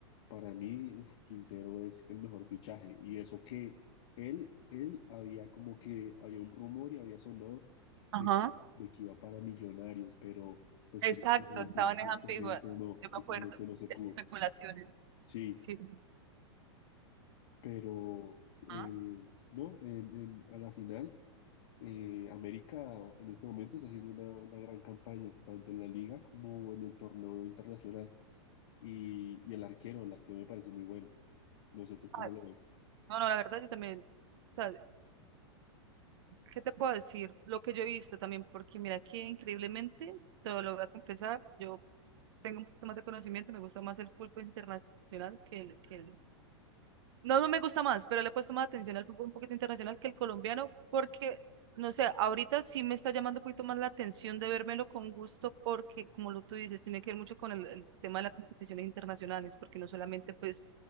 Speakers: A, on the left; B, on the right.
A: Para mí, uf, Quintero es el mejor fichaje. Y eso que él, él había como que había un rumor y había sonado
B: Ajá.
A: de que, de que iba para Millonarios, pero pues
B: Exacto,
A: tristemente,
B: estaban en
A: tristemente
B: ambiguas.
A: no,
B: Yo
A: tristemente
B: me acuerdo.
A: no se
B: Especulaciones.
A: pudo. Sí,
B: Sí.
A: pero eh,
B: Ajá.
A: no, en, en- a la final, eh, América en este momento está haciendo una, una gran campaña, tanto en la liga como en el torneo internacional. Y, y el arquero, el arquero me parece muy bueno. No sé tú cómo
B: Ay,
A: lo ves.
B: No, no, la verdad yo también. O sea, ¿qué te puedo decir? Lo que yo he visto también, porque mira, aquí increíblemente, te lo voy a confesar, yo tengo un poquito más de conocimiento, me gusta más el fútbol internacional que el, que el No, no me gusta más, pero le he puesto más atención al fútbol un poquito internacional que el colombiano, porque, no sé, ahorita sí me está llamando un poquito más la atención de vérmelo con gusto, porque como lo tú dices, tiene que ver mucho con el, el tema de las competiciones internacionales, porque no solamente pues